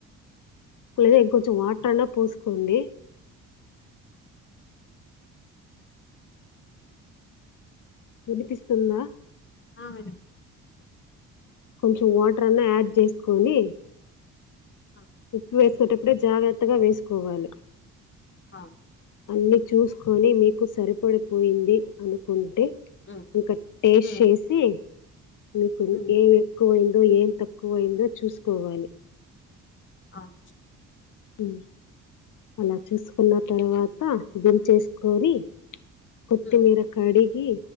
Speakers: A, on the left (about 50°); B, on the left (about 30°).
A: లేదా ఇం కొంచెం వాటరైనా పోసుకోండి వినిపిస్తుందా
B: ఆ విని
A: కొంచెం వాటర్ అన్నా యాడ్ చేసుకొని
B: ఆ
A: ఉప్పు వేసుకుటప్పుడే జాగ్రత్తగా వేసుకోవాలి
B: ఆ
A: అన్ని చూసుకొని మీకు సరిపడిపోయింది అనుకుం టె
B: ఉమ్
A: ఇంకా టేస్ట్
B: ఉమ్
A: చేసి మీకు
B: ఉమ్
A: ఏం ఎక్కువైందో ఏం తక్కువైందో చూసుకోవాలి
B: అ <inaudible>
A: హ్మ్ అలా చూసుకున్న తర్వాత దిన్చేేసుకొని కొత్తిమీర
B: ఉమ్
A: కడిగి